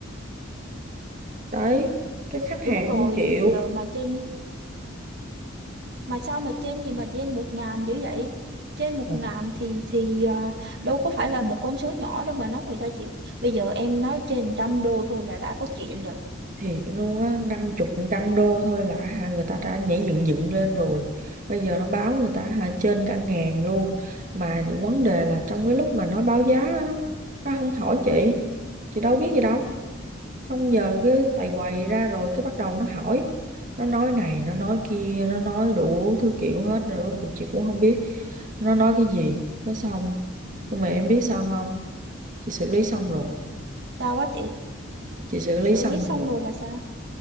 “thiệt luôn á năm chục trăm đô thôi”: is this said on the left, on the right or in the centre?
Right